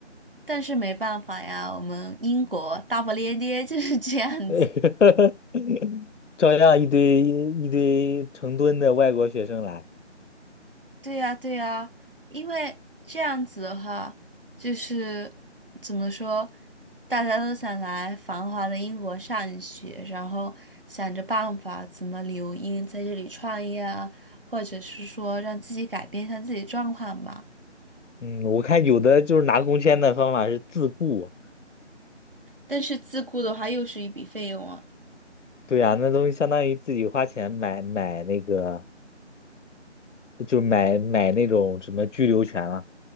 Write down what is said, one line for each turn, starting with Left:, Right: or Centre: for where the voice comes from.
Right: 但是没办法呀，我们英国大不列颠就是这样子。
Left: <laughs> 照样一堆一堆成吨的外国学生来。
Right: 对呀，对呀，因为这样子的话，就是怎么说，大家都想来繁华的英国上学，然后想着办法怎么留英，在这里创业啊，或者是说让自己改变一下自己状况吧。
Left: 嗯，我看有的就是拿工签的方法是自雇，
Right: 但是自雇的话，又是一笔费用啊。
Left: 对呀、那东西相当于自己花钱买买那个，就买买那种什么居留权了。